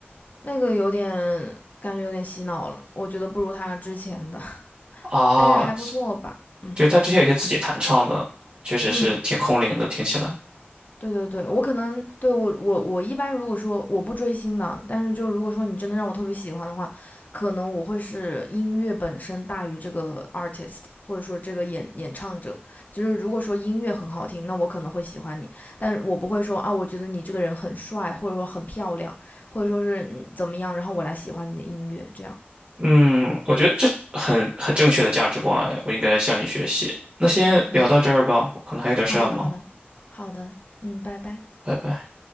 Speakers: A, on the left; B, on the right.
A: 那个有点感觉有点洗脑了，我觉得不如他之前的，<laughs>
B: 啊，
A: 但是还不错吧，嗯
B: 就他之前有些自己弹唱的，确实是挺空灵的，
A: 嗯。
B: 听起来。
A: 对对对，我可能对我我我一般如果说我不追星的，但是就如果说你真的让我特别喜欢的话，可能我会是音乐本身大于这个 artist，或者说这个演演唱者。就是如果说音乐很好听，那我可能会喜欢你，但我不会说啊，我觉得你这个人很帅，或者说很漂亮，或者说是嗯怎么样，然后我来喜欢你的音乐这样。
B: 嗯，我觉得这很很正确的价值观，我应该向你学习。那先聊到这儿吧，
A: 没有，
B: 我可能还有点事要忙，
A: 好的好的好的，嗯，拜拜。
B: 拜拜。